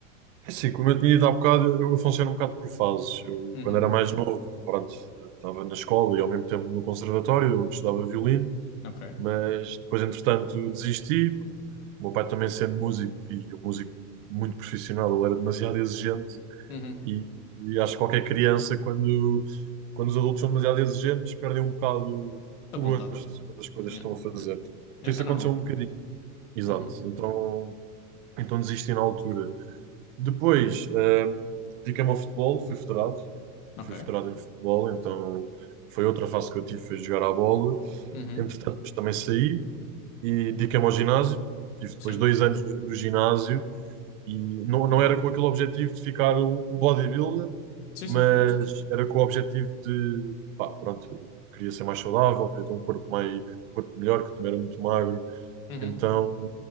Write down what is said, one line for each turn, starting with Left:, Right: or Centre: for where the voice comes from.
Right: é assim, como eu tinha dito há bocado, eu, eu funciono um bocado por fases. Eu,
Left: Uhum,
Right: quando era mais novo, pronto, estava na escola e ao mesmo tempo no conservatório, onde estudava violino.
Left: ok.
Right: mas depois, entretanto, desisti. O meu pai também sendo músico e um músico muito profissional, ele era demasiado exigente
Left: Uhum,
Right: e, e acho que qualquer criança, quando, quando os adultos são demasiado exigentes, perdem um bocado
Left: à
Right: o
Left: vontade.
Right: gosto pelas coisas
Left: Yeah,
Right: que estão a fazer.
Left: yeah. Yeah,
Right: Então, isso
Left: é
Right: aconteceu
Left: normal.
Right: um bocadinho. Exato.
Left: Uhum,
Right: Então, então desisti na altura. Depois, hum, dediquei-me ao futebol, fui federado.
Left: ok.
Right: Fui federado em futebol, então foi outra fase que eu tive, foi jogar à bola.
Left: Uhum,
Right: Entretanto, depois também saí e dediquei-me ao ginásio. Tive depois
Left: sim.
Right: dois anos no, no ginásio e não, não era com aquele objetivo de ficar um, um bodybuilder,
Left: Sim,
Right: mas
Left: sim.
Right: era com o objetivo de, pá, pronto, eu queria ser mais saudável, queria ter um corpo mais, um corpo melhor, que eu também era muito magro.
Left: Uhum,
Right: Então